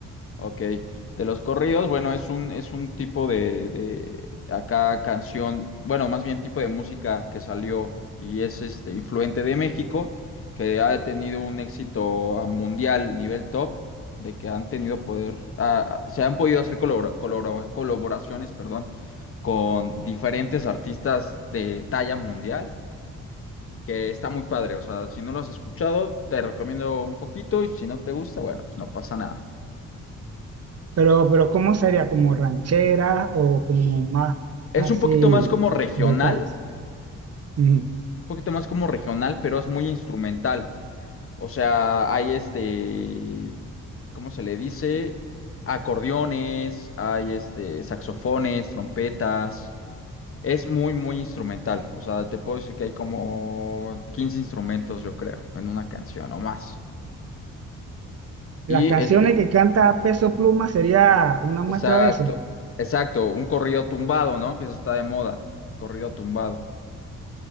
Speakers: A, on the left; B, on the right.
A: Ok, de los corridos, bueno, es un, es un tipo de, de acá canción, bueno, más bien tipo de música que salió y es este influente de México, que ha tenido un éxito a mundial, nivel top, de que han tenido poder, ah, ah, se han podido hacer colabora- colabora- colaboraciones, perdón, con diferentes artistas de talla mundial, que está muy padre, o sea, si no lo has escuchado, te recomiendo un poquito y si no te gusta, bueno, pues no pasa nada.
B: Pero, pero ¿cómo sería? ¿Como ranchera o como más
A: Es
B: así
A: un poquito más como regional,
B: de calles?
A: un
B: Ujú.
A: poquito más como regional, pero es muy instrumental. O sea, hay este, ¿cómo se le dice? Acordeones, hay este, saxofones, trompetas. Es muy, muy instrumental. O sea, te puedo decir que hay como 15 instrumentos, yo creo, en una canción o más.
B: Las
A: Y
B: canciones
A: es, eh,
B: que canta Peso Pluma sería una muestra
A: exacto,
B: de eso.
A: exacto, un corrido tumbado, ¿no? Que eso está de moda, un corrido tumbado.